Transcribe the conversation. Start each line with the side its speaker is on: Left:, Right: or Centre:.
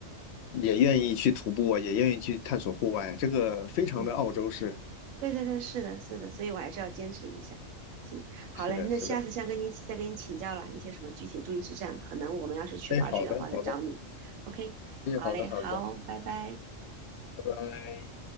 Left: 也愿意去徒步啊，也愿意去探索户外，这个非常的澳洲式。
Right: 嗯。对对对，是的，是的，所以我还是要坚持一下。行，
Left: 是的，
Right: 好嘞，那下次再跟你再跟你请教了一些什么具体注意事项，
Left: 是的，
Right: 可能我们要是去滑雪的话再找你。
Left: 哎，好的，好的，
Right: OK，
Left: 哎，
Right: 好嘞，
Left: 好的，好的，
Right: 好，拜拜。
Left: 拜拜。